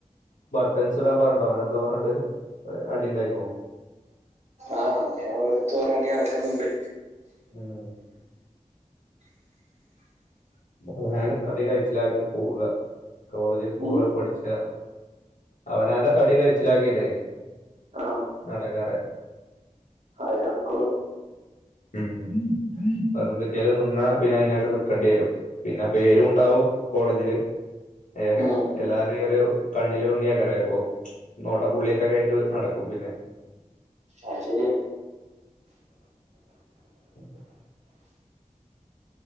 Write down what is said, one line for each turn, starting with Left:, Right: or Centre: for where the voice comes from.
Left: ബട്ടൺസ് ഇടാൻ പറഞ്ഞ്ട്ടോ അങ്ങനെ എന്തോ പറഞ്ഞിട്ട് അടി ഉണ്ടായിക്ക്ണു
Right: ആഹ് അങ്ങനെ ഓരോട്ത്തു ഓരോ അടി നടക്ന്ന്ണ്ട്
Left: ഉം
Right: <inaudible>
Left: അവനാൻ്റെ തടി കയിച്ചിലാക്കി പോക. കോളേജ് പോക
Right: ഉം
Left: പഠിച്ച്ക്ക അവനാൻ്റെ തടി കയ്ചിലാക്കിട്ടെയ്
Right: ആഹ്
Left: നടക്കാറ്
Right: അതേ നടക്കൊള്ളു
Left: ഉം വേറെന്ത്ക്കേലും നിന്നാ പിന്നയ് നായിട്ട് നിക്കണ്ടേരും പിന്നെ പേരുണ്ടാവും കോളേജില് ഏഹ് ഹെ
Right: ഉം
Left: എല്ലാരെം ഒരു കണ്ണില് ഉണ്ണിയാക്കരം ചെൽപ്പൊ നോട്ടപ്പുള്ളിയൊക്കൊക്കെ ആയിട്ട് നടക്കും പിന്നെ
Right: ആയ്ശെരിയ
Left: <inaudible>